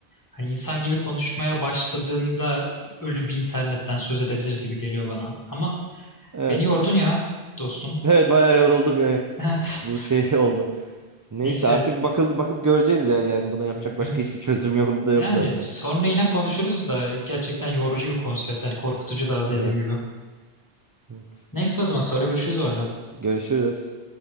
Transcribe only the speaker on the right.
Evet.
<laughs> Evet bayağı yorulduk evet.
Bu şey <laughs> oldu.
Neyse
artık bakıl bakıp göreceğiz ya. Yani buna yapacak
başka
hiçbir çözüm <laughs> yolu da
yok zaten.
Evet.
Evet.
Görüşürüz.